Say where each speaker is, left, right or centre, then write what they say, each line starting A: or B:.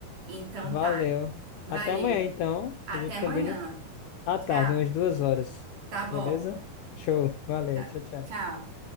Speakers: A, on the right; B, on the left.
A: Então
B: Valeu.
A: tá. Valeu.
B: Até amanhã então,
A: Até
B: a gente
A: amanhã.
B: combina à
A: Tchau.
B: tarde, umas duas horas.
A: Tá bom.
B: Beleza? Show. Valeu.
A: Tá.
B: Tchau, tchau.
A: Tchau.